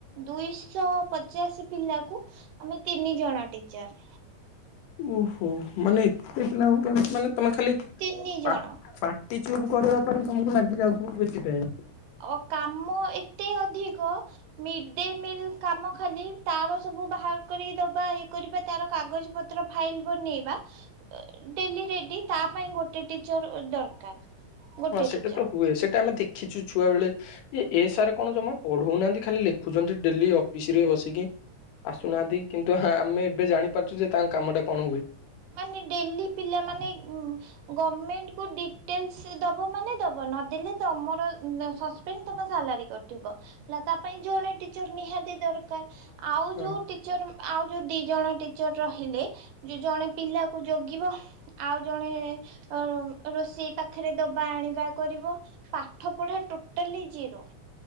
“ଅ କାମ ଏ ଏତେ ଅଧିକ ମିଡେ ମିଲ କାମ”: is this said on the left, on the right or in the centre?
Right